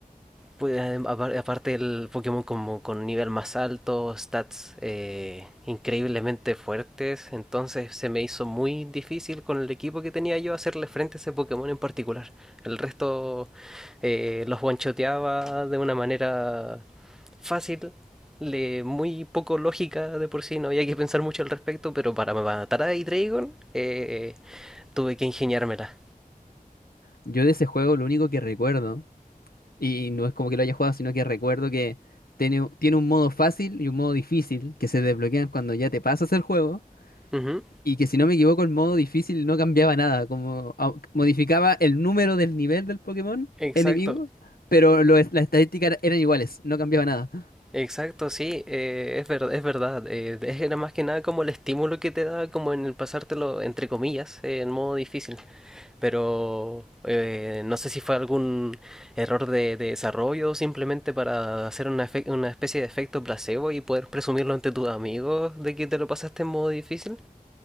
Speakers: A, in the centre; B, on the left.
A: Pues, adem- apar- aparte el Pokémon como con nivel más alto, stats eh, increíblemente fuertes, entonces se me hizo muy difícil con el equipo que tenía yo hacerle frente a ese Pokémon en particular. El resto eh, los one-shoteaba de una manera fácil, le, muy poco lógica de por sí, no había que pensar mucho al respecto, pero para matar a Hydreigon eh, tuve que ingeniármela.
B: Yo de ese juego lo único que recuerdo, y no es como que lo haya jugado, sino que recuerdo que tiene, tiene un modo fácil y un modo difícil que se desbloquean cuando ya te pasas el juego.
A: Ujú,
B: Y que si no me equivoco, el modo difícil no cambiaba nada, como au- modificaba el número del nivel del Pokémon
A: Exacto,
B: enemigo, pero lo- las estadísticas eran iguales, no cambiaba nada.
A: Exacto, sí, eh, es verdad, es verdad. eh, es era más que nada como el estímulo que te da, como en el pasártelo, entre comillas, eh, en modo difícil. Pero eh, no sé si fue algún error de, de desarrollo o simplemente para hacer una, efe- una especie de efecto placebo y poder presumirlo ante tus amigos de que te lo pasaste en modo difícil.